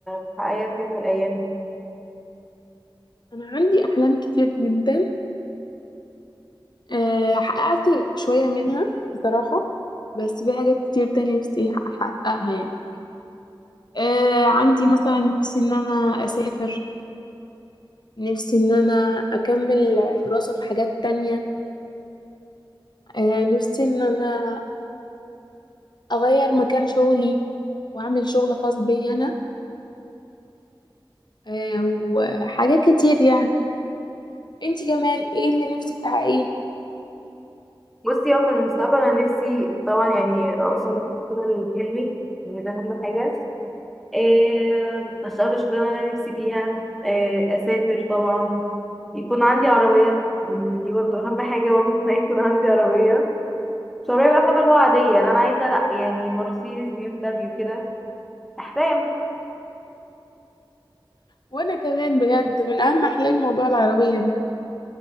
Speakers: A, in the centre; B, on the left.
A: تحققيها في يوم من الأيام؟
B: انا عندي احلام كتير جدا أه حققت شويه منها بصراحه بس في حاجات كتير تانية نفسي احققها يعني أه عندي مثلا نفسي ان انا اسافر نفسي ان انا اكمل دراسه في حاجات تانية أه نفسي ان انا اغير مكان شغلي واعمل شغل خاص بي انا أه وحاجات كتير يعني انتي كمان ايه اللي نفسك تحققيه
A: بصي اه في المستقبل أنا نفسي طبعا يعني أوصل كده لحلمي يعني ده أهم حاجة إيه أشتغل الشغلانة اللي أنا نفسي فيها إيه أسافر طبعا يكون عندي عربية يعني دي برضه أهم حاجة برضه إن أنا يكون عندي عربية شبابية بقى فاهمة اللي هو عادية لا أنا عايزة لأ يعني مرسيدس بي ام دبليو كده أحلام
B: وانا كمان بجد من اهم احلامي موضوع العربيه ده